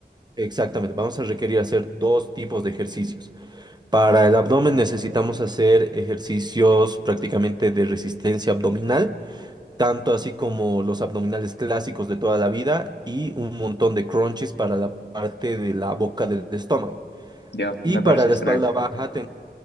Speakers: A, on the right; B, on the left.
A: exactamente, vamos a requerir hacer dos tipos de ejercicios. Para el abdomen necesitamos hacer ejercicios prácticamente de resistencia abdominal tanto así como los abdominales clásicos de toda la vida y un montón de crunches para la parte de la boca del estómago.
B: Ya,
A: Y
B: me
A: para
B: parece
A: la
B: excelente.
A: espalda baja, ten-